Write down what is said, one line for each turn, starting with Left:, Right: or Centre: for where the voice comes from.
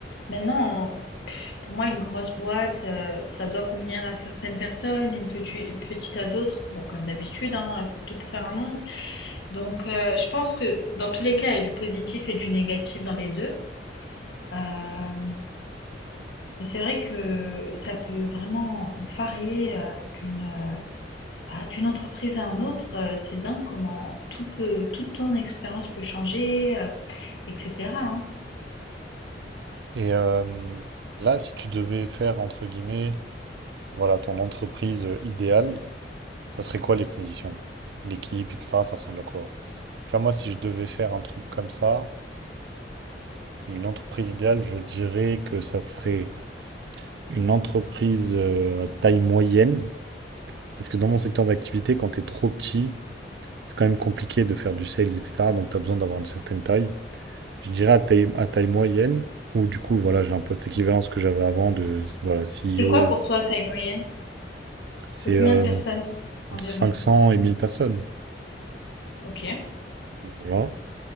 Left: Maintenant, pff, pour moi, une grosse boîte, euh, ça doit convenir à certaines personnes, une petite, une petite à d'autres. Bon, comme d'habitude, hein, il faut tout pour faire un monde. Donc, euh, je pense que dans tous les cas, il y a du positif et du négatif dans les deux. Euh, mais c'est vrai que ça peut vraiment varier euh, d'une euh, ah, d'une entreprise à une autre. Euh, c'est dingue comment tout peut, toute ton expérience peut changer, euh, etc. hein.
Right: Et euh, là, si tu devais faire, entre guillemets, voilà, ton entreprise euh, idéale, ça serait quoi les conditions? L'équipe, etc., ça ressemble à quoi? Tu vois, moi, si je devais faire un truc comme ça, Une entreprise idéale, je dirais que ça serait une entreprise euh, à taille moyenne. Parce que dans mon secteur d'activité, quand tu es trop petit, c'est quand même compliqué de faire du sales, etc. Donc tu as besoin d'avoir une certaine taille. Je dirais à taille, à taille moyenne, où du coup, voilà, j'ai un poste équivalent à ce que j'avais avant de voilà, CEO.
Left: C'est quoi pour toi, taille moyenne?
Right: C'est
Left: C'est combien
Right: euh,
Left: de personnes environ?
Right: entre 500 et 1000 personnes.
Left: Ok.
Right: Donc, Voilà.